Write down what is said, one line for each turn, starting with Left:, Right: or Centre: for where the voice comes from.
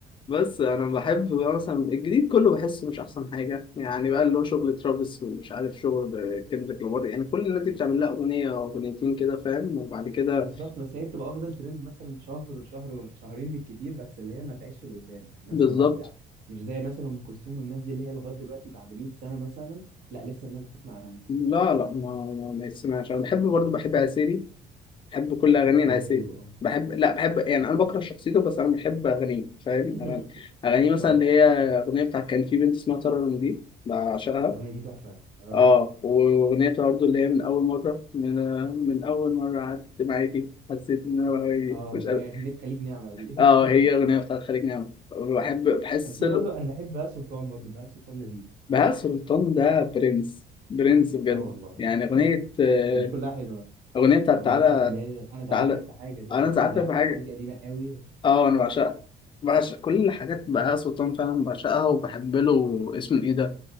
Left: بس انا بحب بقى مثلا الجديد كله بحسه مش احسن حاجه يعني بقى اللي هو شغل ترافيس ومش عارف شغل كندريك لامار يعني كل الناس دي بتعمل لها اغنيه او اغنيتين كده فاهم وبعد كده
Right: بالظبط بس هي بتبقى واخده الترند مثلا شهر شهر و- شهرين بالكتير بس اللي هي ما تعيش لقدام يعني مثلا
Left: بالظبط
Right: بعد مش زي مثلا ام كلثوم والناس دي اللي هي لغايه دلوقتي بعد 100 سنه مثلا لا لسه الناس بتسمع اغاني
Left: لا لا ما ما, ما يسمعش انا بحب برضه بحب عسيلي بحب كل اغاني
Right: هيسيري
Left: العسيلي
Right: حلو اه
Left: بحب لا بحب يعني انا بكره شخصيته بس انا بحب اغانيه فاهم
Right: <laughs>
Left: اغاني اغانيه مثلا
Right: اه
Left: اللي هي اغنيه بتاعت كان في بنت اسمها ترى دي بعشقها
Right: الاغنيه دي تحفه اه
Left: اه واغنيه برضه اللي هي من اول مره من من اول مره قعدت معاكي حسيت ان انا بهوي
Right: اه
Left: مش
Right: بقى
Left: قادر
Right: اغنيه خليج نعمه دي
Left: اه هي
Right: <laughs>
Left: اغنيه بتاعت خليج نعمة بحب بحس
Right: كان في
Left: له
Right: برضو انا بحب بهاء سلطان برضو بهاء سلطان لذيذ
Left: بهاء سلطان ده برنس برنس بجد
Right: اه والله
Left: يعني اغنيه آه،
Right: اغانيه كلها حلوه
Left: اغنيه بتاعت
Right: الاغنيه
Left: تعالى
Right: بتاعت اللي هي انا زعلتك
Left: تعالى
Right: في حاجه دي
Left: انا
Right: اغنيه
Left: زعلت
Right: انا زعلتك
Left: في حاجه
Right: في حاجه دي قديمه قوي
Left: اه انا بعشقها بعشق كل الحاجات بهاء سلطان فعلا بعشقها وبحب له اسمه ايه ده